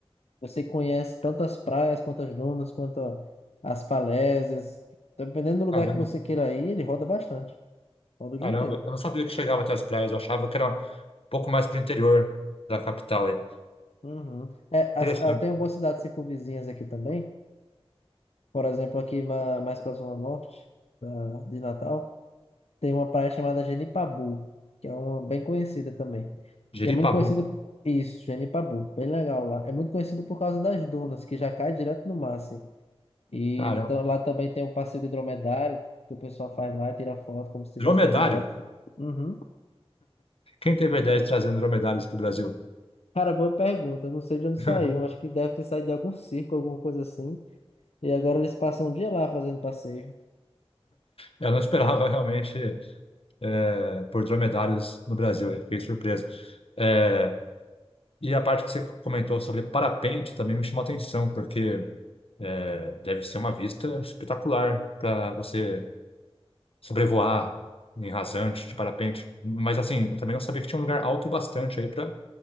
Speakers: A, on the left; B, on the left.
A: Você conhece tanto as praias quanto as dunas, quanto a- as falésias. Dependendo do lugar
B: Caramba,
A: que você queira ir, ele roda bastante. Roda o
B: caramba.
A: dia inteiro.
B: Eu não sabia que chegava até as praias. Eu achava que era um pouco mais para o interior da capital aí.
A: Uhum. É,
B: Interessante.
A: as, ah, tem algumas cidades circunvizinhas aqui também. Por exemplo, aqui ma- mais para a Zona Norte da, de Natal. Tem uma praia chamada Genipabu, que é uma bem conhecida também.
B: Jeripabu.
A: E é muito conhecida por isso, Genipabu, bem legal lá. É muito conhecido por causa das dunas, que já cai direto no mar, assim. E
B: Caramba.
A: então, lá também tem um passeio de dromedário, que o pessoal faz lá e tira foto como se estivesse
B: Dromedário.
A: no deserto. Uhum.
B: Quem teve a ideia de trazer dromedários para o Brasil?
A: Cara, boa pergunta. Eu Não sei de onde
B: <laughs>
A: saiu. Acho que deve ter saído de algum circo, alguma coisa assim. E agora eles passam um dia lá fazendo passeio.
B: Eu não esperava <laughs> realmente eh, por dromedários no Brasil. Eu fiquei surpreso. Eh, E a parte que você comentou sobre parapente também me chamou a atenção, porque é, deve ser uma vista espetacular para você sobrevoar em rasante de parapente. Mas assim, eu também não sabia que tinha um lugar alto bastante aí para